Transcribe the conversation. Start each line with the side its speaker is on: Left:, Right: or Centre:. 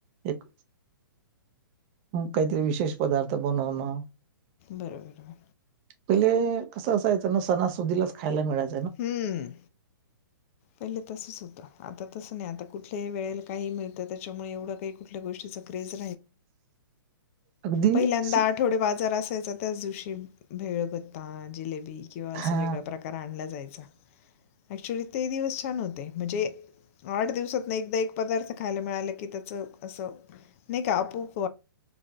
Right: एक. काहीतरी विशेष पदार्थ बनवणं.
Left: बरोबरर.
Right: पहिले कसं असायचं ना सणासुदीलाच खायला मिळायच.
Left: हम्म. पहिले तसंच होतं आता तसं नाही आता कुठल्याही वेळेला काही मिळतं त्याच्यामुळे एवढं काही कुठल्या गोष्टीचा क्रेज.
Right: अगदी
Left: पहिल्यांदा
Right: सि
Left: आठवडी बाजार. त्याचा त्याच दिवशी भेळ भत्ता जिलेबी. किंवा अस
Right: हा
Left: वेगळा प्रकार आणला जायचा ऍक्चुली ते दिवस छान होते म्हणजे. आठ दिवसात ना एकदा एक पदार्थ खायला मिळालं की त्याचं असं नाही का आपूप.